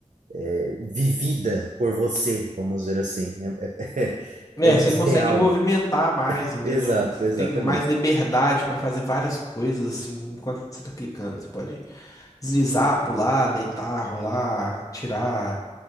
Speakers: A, on the right; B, on the left.
A: é, vivida por você, vamos dizer assim. É, é, <laughs>
B: É,
A: é mais
B: você consegue
A: real.
B: movimentar mais, entendeu?
A: Exato,
B: Você
A: exatamente.
B: tem mais liberdade pra fazer várias coisas, assim, enquanto você tá clicando. Você pode deslizar, pular, deitar, rolar, tirar,